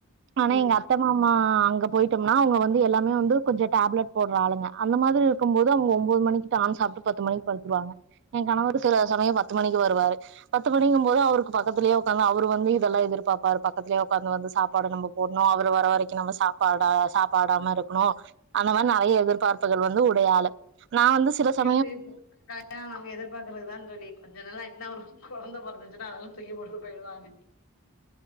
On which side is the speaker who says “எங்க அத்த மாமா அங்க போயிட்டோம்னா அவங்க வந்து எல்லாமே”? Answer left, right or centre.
Right